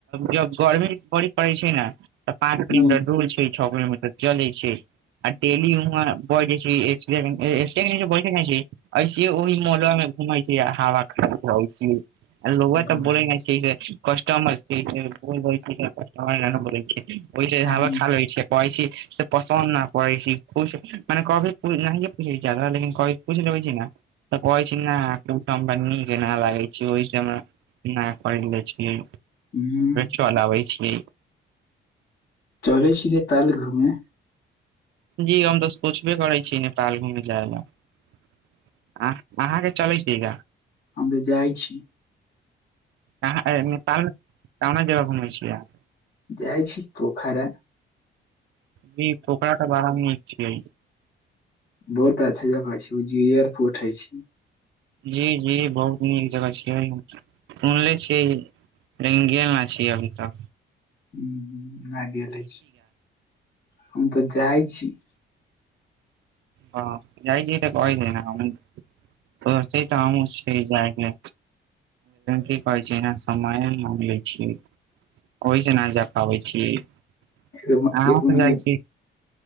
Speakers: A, on the right; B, on the left.
A: जब गर्मी बड़ी पड़ै छै ने तऽ पाँच किलोमिटर
B: ह्म
A: दूर छै छौ किलोमीटर तऽ चलै छै आ डेली वहाँ बढ़ गेलै छै <unintelligible> ऐसिहे ओहि मे मोहलवा मे घुमै छियै आ हवा खाइत रहै छियै आरे
B: ह्म
A: रउआ तऽ बोले न छियै जे कस्टमर के बोलि दैत छी <unintelligible> की ओहि से हावा
B: आन
A: खा लै छियै कहै छी से पसन्द नहि करै छी खुश मने कभी नहि पूछै छी ज्यादा लेकिन कभी पुछि लेबै छी ने तऽ कहै छी ना हमरा नीक ना लागै छी ओहि से हमरा ना पहिरले छियै
B: ह्म
A: चल आबय छियै
B: चलै छी नेपाल घूमे
A: जी हम तऽ सोचबे करै छी नेपाल घुमे जाय ला अहाँ अहाँके चलै छियै का
B: हमभी जाइ छी
A: अहाँ नेपाल कउना जगह घुमै छियै अहाँ
B: जाइ छी पोखारा
A: जी पोखरा तऽ बड़ा निक छियै
B: बहुत काज छै वो जीयर पोर्ट होय छै
A: जी जी बहुत नीक जगह छियै सुनले छियै रेंगे नहि छियई अभी तऽ
B: हूँ हूँ भ गेले छी हम तऽ जाइ छी
A: हँ जाइ छीय तऽ कहइ नै ह से त हमहु छिये जाय के की कहै छैना समय मांग ले छियै ओहिसँ ना जा पाबै छी अहाँ
B: एक म- एक महीना
A: जाय छी